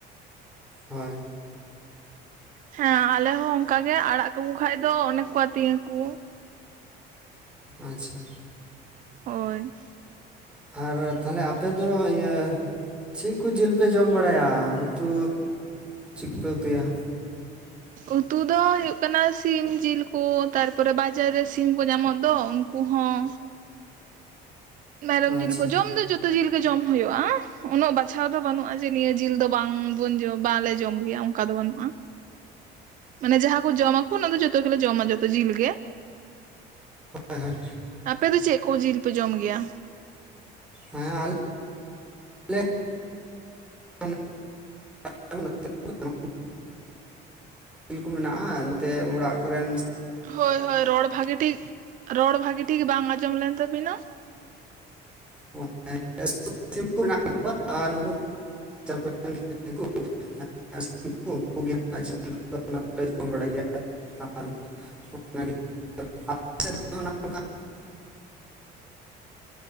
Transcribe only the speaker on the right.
ᱦᱮᱸ ᱟᱞᱮ ᱦᱚᱸ ᱚᱱᱠᱟᱜ ᱜᱮ ᱟᱲᱟᱜ ᱠᱟᱠᱚ ᱠᱷᱟᱡ ᱫᱚ ᱚᱱᱮᱠ ᱠᱚ ᱟᱹᱛᱤᱧᱟ ᱠᱚ
ᱦᱳᱭ
ᱩᱛᱩ ᱫᱚ ᱦᱩᱭᱩᱜᱜ ᱠᱟᱱᱟ ᱥᱤᱢ ᱡᱤᱞ ᱠᱚ ᱛᱟᱨᱯᱚᱨᱮ ᱵᱟᱡᱟᱨ ᱨᱮ ᱥᱤᱢ ᱠᱚ ᱧᱟᱢᱚᱜ ᱫᱚ ᱤᱧ ᱦᱚᱸ ᱢᱮᱨᱚᱢ ᱡᱮᱞ
ᱠᱚ ᱡᱚᱢ ᱫᱚ ᱡᱚᱛ ᱡᱚᱛᱚ ᱡᱮᱞ ᱜᱮ ᱡᱚᱢ ᱦᱩᱭᱩᱜᱼᱟ ᱩᱱᱟᱹᱜ ᱵᱟᱪᱷᱟᱣ ᱫᱚ ᱵᱟᱹᱱᱩᱜᱼᱟ ᱡᱮ ᱱᱤᱭᱟᱹ ᱡᱤᱞ ᱫᱚ ᱵᱟᱝᱵᱚᱱ ᱵᱟᱝᱞᱮ ᱡᱚᱢ ᱜᱮᱭᱟ ᱚᱱᱠᱟ ᱫᱚ ᱵᱟᱹᱱᱩᱜᱼᱟ
ᱚᱱᱮ ᱡᱟᱦᱟᱸ ᱠᱚ ᱡᱚᱢᱟᱠᱩ ᱚᱱᱟ ᱫᱚ ᱡᱚᱛᱚ ᱜᱮᱞᱮ ᱡᱚᱢᱟ ᱡᱚᱛ ᱛᱚ ᱡᱤᱞ ᱜᱮ
ᱟᱯᱮ ᱫᱚ ᱪᱮᱫ ᱠᱚ ᱡᱤᱞ ᱯᱮ ᱡᱚᱢ ᱜᱮᱭᱟ
ᱦᱳᱭ ᱦᱳᱭ ᱨᱚᱲ ᱵᱷᱟᱜᱤ ᱴᱷᱤᱠ ᱨᱚᱲ ᱵᱷᱟᱜᱤ ᱴᱷᱤᱠ ᱵᱟᱝ ᱟᱸᱡᱚᱢ ᱞᱮᱱ ᱛᱟᱵᱤᱱᱟ